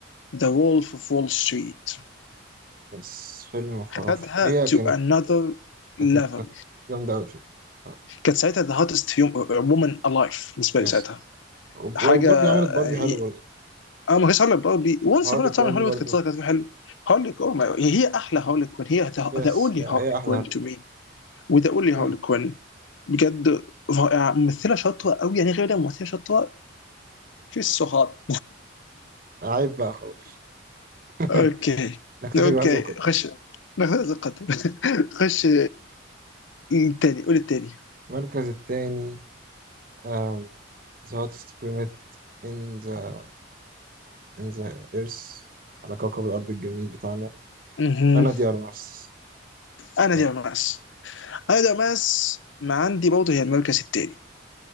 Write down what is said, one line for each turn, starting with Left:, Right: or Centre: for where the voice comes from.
Left: ذا وولف اوف وول ستريت
Right: بس فيلم خرافي
Left: خدها
Right: هي
Left: تو
Right: كانت
Left: انذر
Right: كانت
Left: ليفل
Right: كانت جامدة أوي فيلم طب
Left: كانت ساعتها ذا هاتست وومن الايف بالنسبه لي
Right: يس
Left: ساعتها
Right: وب-
Left: حاجه
Right: وباربي عملت باربي
Left: يعني
Right: حلو برضه
Left: انا ما كنتش هقول لك برضه وانس
Right: هارلي
Left: ابون ا
Right: كوين
Left: تايم هوليوود
Right: برضه
Left: كانت طالعه كانت في حلو هقول لك اوه هي احلى هقول كوين هي
Right: يس
Left: ذا اونلي
Right: هي هي
Left: هقول
Right: أحلى
Left: كوين
Right: هارلي
Left: تو
Right: كوين
Left: مي وذا اونلي
Right: مم.
Left: هقول كوين بجد رائعه ممثله شاطره قوي يعني غير ده ممثله شاطره شيز سو هات
Right: عيب بقى خلاص <laughs>
Left: اوكي
Right: نكتفي
Left: اوكي
Right: بهذا القدر
Left: خش ناخذ هذا القدر <laughs> خش الثاني قول الثاني
Right: المركز الثاني um, the hottest planet in the in the earth على كوكب الأرض الجميل بتاعنا
Left: مهم.
Right: أنا دي أرمس
Left: انا
Right: إيه.
Left: دي ماس انا دي ماس ما عندي برضه هي المركز الثاني